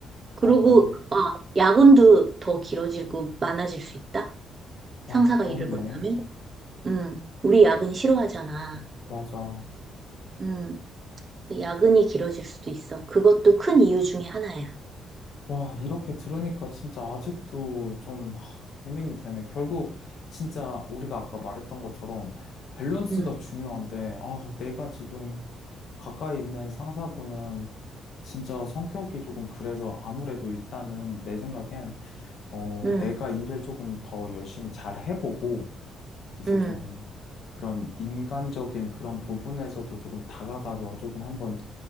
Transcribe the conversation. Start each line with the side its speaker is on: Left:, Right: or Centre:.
Right: 그리고,
Left: 맞아.
Right: 아, 야근도 더 길어지고 많아질 수 있다?
Left: 아,
Right: 상사가
Left: 그렇네.
Right: 일을 못하면? 응. 우리 야근 싫어하잖아.
Left: 맞아.
Right: 응. 야근이 길어질 수도 있어. 그것도 큰 이유 중에 하나야.
Left: 와, 이렇게 들으니까 진짜 아직도 좀 하, 고민이 되네. 결국 진짜 우리가 아까 말했던 것처럼 밸런스가
Right: 응,
Left: 중요한데, 아, 내가 지금 가까이 있는 상사분은 진짜 성격이 조금 그래서 아무래도 일단은 내 생각엔, 어,
Right: 응,
Left: 내가 일을 조금 더 열심히 잘 해보고, 이제
Right: 응.
Left: 좀 그런 인간적인 그런 부분에서도 조금 다가가서 조금 한번